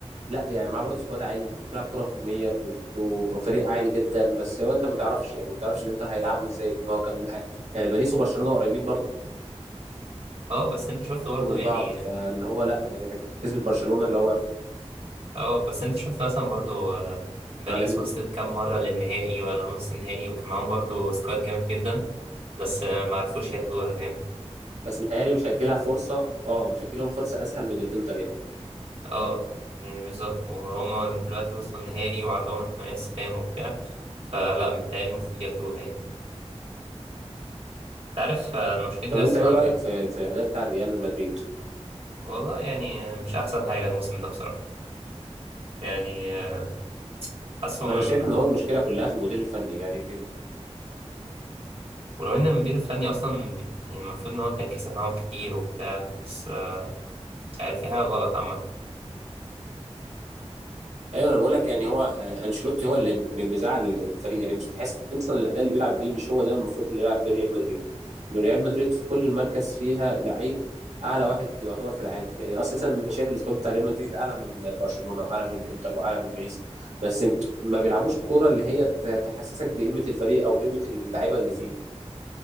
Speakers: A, on the right; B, on the right.
A: لا يعني معاه برضه سكواد عالي وبتلعب كره هجوميه ود- وفريق عالي جدا بس هو انت ما تعرفش يعني ما تعرفش الانتر هيلعبوا ازاي ما هو كان يعني باريس وبرشلونه قريبين برضه
B: اه بس انت شفت برضه
A: من
B: يعني
A: بعض فاللي هو لا يعني كسبت برشلونه اللي هو
B: اه بس انت شفت مثلا برضه آه، باريس
A: عالمي
B: وصلت كام مرة للنهائي ولا نص النهائي وكان معاهم برضه سكواد جامد جدا بس آه، ما عرفوش ياخدوها فاهم
A: بس متهيألي مش هتجيلها فرصه اه مش هتجيلهم فرصه اسهل من الانتر يعني
B: اه يعني بالظبط وهم دلوقتي وصلوا النهائي وعندهم الحماس فاهم وبتاع فلا متهيألي المفروض ياخدوها يعني انت عارف آه، انا مشكلتي
A: طب
B: بس
A: انت ايه
B: مع
A: رايك في في الاداء بتاع ريال مدريد
B: والله يعني آه، مش احسن حاجة الموسم ده بصراحة يعني آه، حاسه
A: انا
B: من...
A: شايف ان هو المشكله كلها في المدير الفني يعني
B: ولو ان المدير الفني اصلا يعني المفروض ان هو كان كسب معاهم كتير وبتاع بس آه، مش عارف في حاجة غلط عامة
A: ايوه انا بقول لك يعني هو آه، انشيلوتي هو اللي م- مزعل الفريق يعني مش تحس اصلا الاداء اللي بيلعب بيه مش هو ده المفروض اللي يلعب بيه ريال مدريد ريال مدريد في كل مركز فيها لعيب اعلى واحد يعتبر في العالم يعني اساسا انا شايف السكواد بتاع ريال مدريد اعلى من برشلونه واعلى من الانتر واعلى من باريس بس ما بيلعبوش كوره اللي هي ت- تحسسك بقيمه الفريق او بقيمه اللعيبه اللي فيه